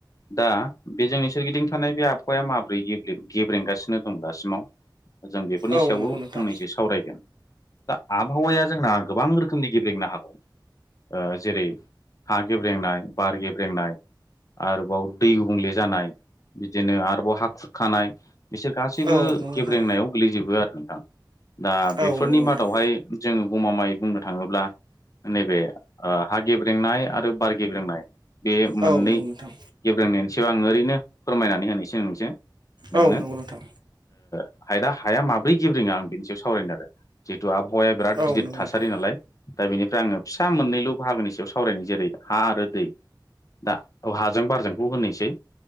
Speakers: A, on the left; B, on the right.
A: दा बे जोंनि सोरगिदिं थानाय बे आबहावाया माब्रै गेब्रेंगासिनो दं दासिमाव जों बेफोरनि
B: औ
A: सायावबो
B: नंगौ नोंथां
A: फंनैसो सावरायगोन दा आ आबहावाया जोंना गोबां रोखोमनि गेब्लेंनो हागौ जेरै हा गेब्रेंनाय बार गेब्रेंनाय आरोबाव दै गुबुंले जानाय बिदिनो आरोबाव हाखुर खानाय बिसोर गासैबो
B: औ नंगौ नोंथां
A: गेब्रेंनायाव गोग्लैजोबो आरो नोंथां दा
B: औ
A: बेफोरनि
B: नंगौ नोंथां
A: मादावहाय जोङो गमामाय बुंनो थाङोब्ला नैबे हा गेब्रेंनाय आरो बार गेब्रेंनाय बे मोननै
B: औ नंगौ नोंथां
A: गेब्रें एसेबां आं ओरैनो फोरमायनानै होनोसै नोंसो नोंनो
B: औ नंगौ नोंथां
A: हायोना हाया माब्रै गेब्रोङा आं बेनि सायाव सावरायनो आरो जिहेतु आबहावाया बिराद
B: औ
A: गिदिर
B: नंगौ
A: थासारि
B: नोंथां
A: नालाय दा बेनिफ्राय आङो फिसा मोननैल' बाहागोनि सायाव सावरायनाय जेरै हा आरो दै दा औ हाजों बारजोंखौ होनोसै